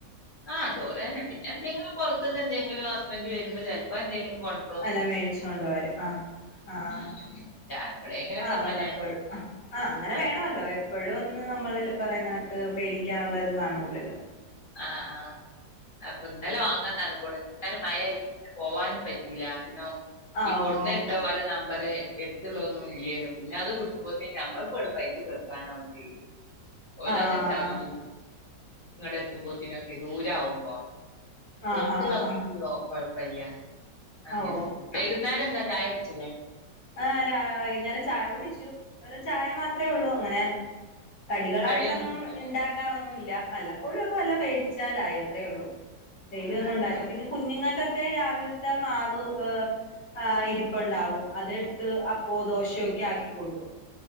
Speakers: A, on the left; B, on the left.
A: ആഹ് ചോറന്ന പിന്നെ എന്തെങ്കിലും പൊറത്ത്ന്ന് എന്തെങ്കിലും ഹസ്ബൻ്റ് വരുമ്പം ചെലപ്പൊ എന്തെങ്കിലും കൊണ്ട്രും
B: അല്ല മേടിച്ചോണ്ട് വരും ആഹ് ആഹ്
A: എപ്പളെങ്കിലൊക്കെ
B: ആഹ്
A: ഇങ്ങനെ
B: വല്ലപ്പോഴും ആഹ് അങ്ങനെ
A: ആ
B: വേണൊല്ലൊ ഇപ്പഴൊന്നും നമ്മളില്ലെ പറയിന്നണക്ക് വേടിക്കാനുള്ള ഇത് കാണൂലല്ലൊ
A: ആഹ് ആഹ് അപ്പൊ ഇന്നലെ വാങ്ങാ തന്ന് കൂടെ ന്നലെ മയയാറ്റ് പോവാനും പറ്റീല്ല പിന്ന
B: ആഹ്
A: കൊട്ന്നേര്ണ
B: ഓ
A: പോലെ ന പററെ എട്ത്തുള്ളൊന്നും ഇല്ലേന് പിന്നെ അത് കുടുംബത്തി ഞമ്മൾക്കും <unintelligible> പയ്ച്ച് കെടാക്കാനാവും ചെയ്യും ഓല
B: ആഹ്
A: അത്ണ്ടാക്കി നിങ്ങടെ എത്തുമ്പത്തിനൊക്കെല്യ ദൂരവുമ്പൊ
B: ആഹ്
A: എട്ത്തുള്ളൊക്കെ
B: ആഹ് ആഹ് ആഹ്
A: കിട്ട്യൊ കൊഴപ്പല്ല
B: ആ
A: അങ്ങനെ
B: ഓ
A: വൈകുന്നേരം എന്താ ചായ കുടിച്ചിലെ
B: ആഹ് രാ വൈക്ന്നേരം ചായ കുടിച്ചു വേറെ ചായ മാത്രെ ഉള്ളു അങ്ങനെ കടികളായിട്ടൊന്നും
A: കടിയൊന്നും
B: ഇണ്ടാക്കാറൊന്നു ഇല്ല വല്ലപ്പോഴു ഒക്കെ വല്ലം മേടിച്ചാലായി അത്രെ ഉള്ളു ഡെയിലി ഒന്നും
A: ആഹ്
B: ഇണ്ടാക്കാം പിന്നെ കുഞ്ഞുങ്ങൾക്ക ഒക്കെ രാവിൽത്തെ മാവ് ഏഹ് ഇരിപ്പ്ണ്ടാവും അതെട്ത്ത് അപ്പൊ ദോശയൊക്ക ആക്കി കൊട്ക്കും